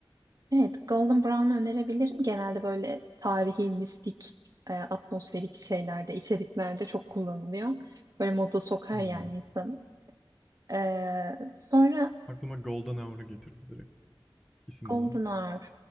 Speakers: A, on the right; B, in the centre.
A: Evet, Golden Brown'u önerebilirim. Genelde böyle tarihi, mistik, e, atmosferik şeylerde, içeriklerde çok kullanılıyor. Böyle moda sokar
B: Hmm.
A: yani insanı. E, sonra
B: Aklıma Golden Hour'u getirdi direkt isim
A: Golden
B: olarak.
A: Hour.